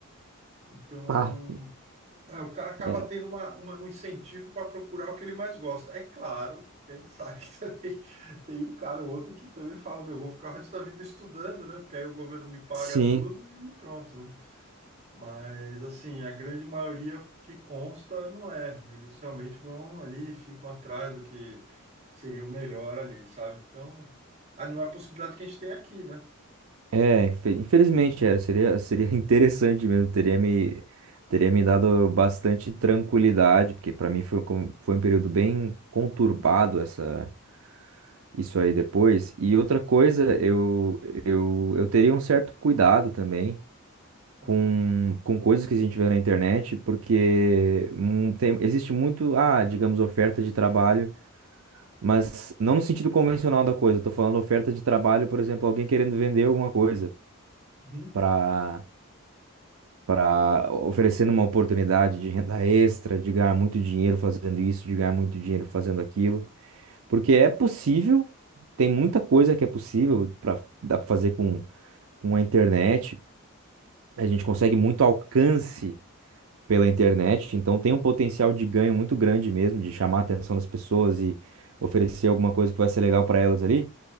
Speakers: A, on the right (about 30°); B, on the right (about 70°).
A: Então,
B: Ah,
A: é, o cara acaba
B: é,
A: tendo uma, uma- um incentivo para procurar o que ele mais gosta. É claro, a gente sabe que <laughs> também tem um cara ou outro que também fala, meu, eu vou ficar o resto da vida estudando, né? Porque aí o governo me paga
B: sim,
A: tudo e pronto, né? Mas, assim, a grande maioria que consta não é. Eles realmente vão ali, ficam atrás do que seria o melhor ali, sabe? Então, aí não é a possibilidade que a gente tem aqui, né?
B: é, infe- infelizmente era, seria, seria <laughs> interessante mesmo, teria me, teria me dado bastante tranquilidade, porque para mim foi, com- foi um período bem conturbado essa. isso aí depois. E outra coisa, eu, eu, eu teria um certo cuidado também com,
A: Uhum,
B: com coisas que a gente vê na internet, porque hum, tem- existe muito, ah, digamos, oferta de trabalho, mas não no sentido convencional da coisa. Eu tô falando oferta de trabalho, por exemplo, alguém querendo vender alguma coisa
A: uhum,
B: para para oferecendo uma oportunidade de renda extra, de ganhar muito dinheiro fazendo isso, de ganhar muito dinheiro fazendo aquilo. Porque é possível, tem muita coisa que é possível para dá para fazer com, com a internet. A gente consegue muito alcance pela internet, então tem um potencial de ganho muito grande mesmo, de chamar a atenção das pessoas e oferecer alguma coisa que vai ser legal para elas ali.